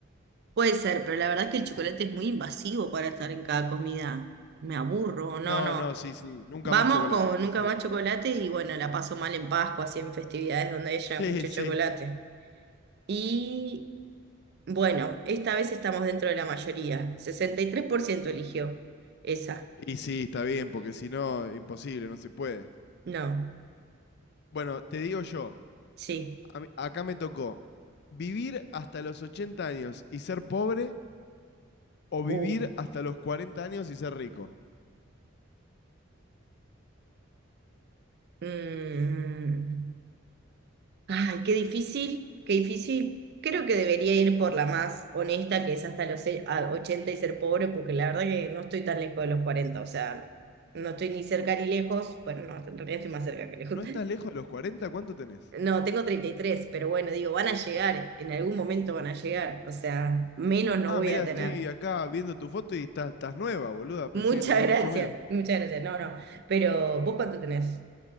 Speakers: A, on the right; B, on the left.
A: puede ser, pero la verdad es que el chocolate es muy invasivo para estar en cada comida. Me aburro, no,
B: No,
A: no.
B: no, sí, sí, nunca
A: Vamos
B: más chocolate,
A: con
B: coincido.
A: Nunca Más Chocolate y bueno, la paso mal en Pascua, así en festividades donde haya
B: Sí,
A: mucho
B: sí.
A: chocolate. Y bueno, esta vez estamos dentro de la mayoría. sesenta y tres por ciento eligió esa.
B: Y sí, está bien, porque si no, imposible, no se puede.
A: No,
B: Bueno, te digo yo.
A: sí.
B: A mí- acá me tocó vivir hasta los 80 años y ser pobre o vivir
A: Uh.
B: hasta los 40 años y ser rico.
A: Mm. Ay, qué difícil, qué difícil. Creo que debería ir por la más honesta, que es hasta los e- a 80 y ser pobre, porque la verdad que no estoy tan lejos de los cuarenta o sea, no estoy ni cerca ni lejos. Bueno, no, en realidad estoy más cerca que lejos.
B: ¿No estás lejos de los cuarenta, ¿Cuánto tenés?
A: No, tengo 33, pero bueno, digo, van a llegar, en algún momento van a llegar, o sea, menos no
B: Ah,
A: voy
B: mira,
A: a tener.
B: estoy acá viendo tu foto y estás, estás nueva, boluda. Pensé
A: Muchas
B: que tenías
A: gracias,
B: mucho menos.
A: muchas gracias, no, no, pero ¿vos cuánto tenés?